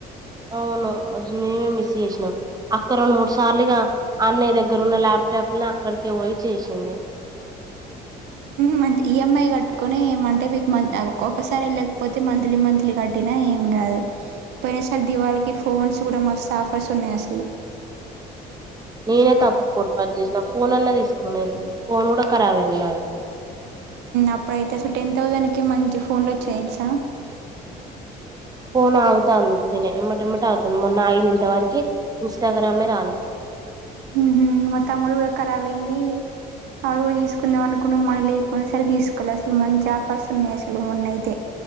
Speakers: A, on the right; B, on the right.
A: అవును అజుమసి చేసినాం అక్క రెండు మూడు సార్లుగా అన్నయ్య దగ్గర ఉన్న ల్యాప్టాప్ ని అక్కడికే పోయి చేసింది
B: మ ఈఎంఐ కట్టుకుని ఏమంటే మీకు ఒక్కొక్కసారి వెళ్ళకపోతే మంత్లీ మంత్లీ కట్టినా ఏం కాదు పోయిన సర దివాళికి ఫోన్స్ కూడా మస్తు ఆఫర్స్ ఉన్నాయి అసలు
A: నేనే తప్పు పోర్పాటు చేసినా ఫోన్ అన్నా తీసుకుని అయి ఫోన్ కూడా కారబైంది నాది
B: అప్పుడుయితే టెన్ థౌసాండ్ కి మంచి ఫోన్ల వచ్చయ తెలుస
A: ఫోన్ ఆగుతంది ఉత్తినే ఎంబటేంబటె ఆగుతంది మొన్న ఆగింది ఇంత వరకి ఇన్స్టాగ్రామే రాలే
B: ఊహూ మా తమ్ముడిది కూడా కరాబ్ అయింది ఆడు కూడా తీసుకుందాం అనుకున్నడు మనీ లేకుండే సరికి తీసుకోలే అసలు మంచి ఆఫర్స్ ఉన్నయి అసలు మొన్న అయితే